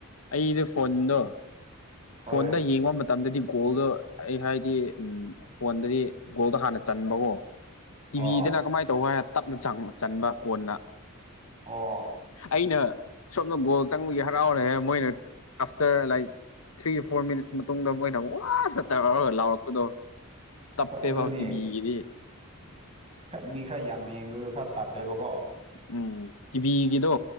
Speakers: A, on the left; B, on the right.
A: ꯑꯩꯗ ꯐꯣꯟꯗꯣ
B: ꯍꯣꯏ
A: ꯐꯣꯟꯗ ꯌꯦꯡꯉꯨ ꯃꯠ ꯃꯇꯝꯗꯗꯤ ꯒꯣꯜꯗꯣ ꯑꯩ ꯍꯥꯏꯗꯤ ꯎꯝ ꯐꯣꯟꯗꯗꯤ ꯒꯣꯜꯗꯣ ꯍꯥꯟꯅ ꯆꯟꯕꯀꯣ꯫ ꯇꯤꯚꯤꯗꯅ
B: ꯑꯣ
A: ꯀꯃꯥꯏꯅ ꯇꯧꯕ ꯍꯥꯏ ꯇꯞꯅ ꯆꯟꯕ ꯀꯣꯟꯅ꯫
B: ꯑꯣ
A: ꯑꯩꯅ ꯁꯣꯝꯅ ꯒꯣꯜ ꯆꯪꯕꯒꯤ ꯍꯔꯥꯎꯔꯦ ꯃꯣꯏꯅ after like three four minutes ꯃꯇꯨꯡꯗ ꯃꯣꯏꯅ ꯋꯥ ꯇꯧꯔꯒ ꯂꯥꯎꯔꯛꯄꯗꯣ꯫ ꯇꯞꯄꯦꯕ
B: ꯍꯣꯏ ꯑꯗꯨꯅꯦ
A: ꯇꯤꯚꯤꯒꯤꯗꯤ
B: ꯃꯤ ꯈꯔ ꯌꯥꯝ ꯌꯦꯡꯕꯗꯣ ꯈꯔ ꯇꯥꯞꯄꯦꯕꯀꯣ꫰
A: ꯎꯝ ꯇꯤꯚꯤꯒꯤꯗꯣ